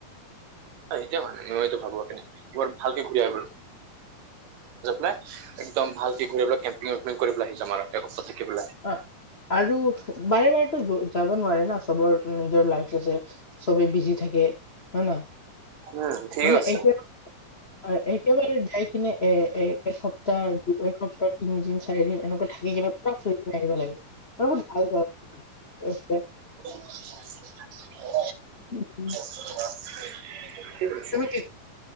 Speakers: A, on the right; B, on the left.
A: মই এতিয়া ভা উম এইটো ভাবো দে, গৈয় ভালকে ঘূৰি আহিব ল। একদম ভালক ঘূৰিবলে কেম্পিং ৱেম্পিং কৰি পেলাই আহি যাম আৰু একস্ত থাকি পেলাই
B: অ আৰু বাৰে-বাৰে টো য-যাব নোৱাৰে না চবৰ নিজৰ লাইফ আছে। চবেই বিজি থাকে হয়-নহয়
A: উম ঠিক
B: মানে
A: আছে
B: এতিয়া অ একেবাৰে যাই কিনে এ-এ এসপ্তাহ দিপেলাই পোৰা তিনিদিন চাৰিদিন এনেকুৱা থাকি কিনে ন' চুই কিনে আহিব লাগে আৰু বহুত ভাল হৈয় এচপেক্ট
A: <unintelligible>
B: উম-উম।
A: কি কৈছে?
B: কি